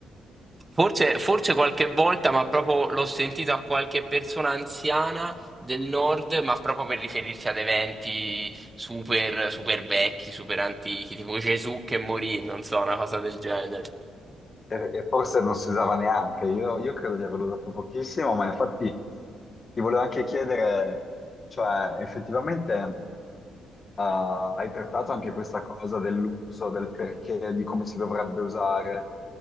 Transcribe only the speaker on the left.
E, e forse non si usava neanche, io, io credo di averlo usato pochissimo, ma infatti ti volevo anche chiedere, cioè effettivamente eh, hai trattato anche questa cosa dell'uso, del perché, di come si dovrebbe usare,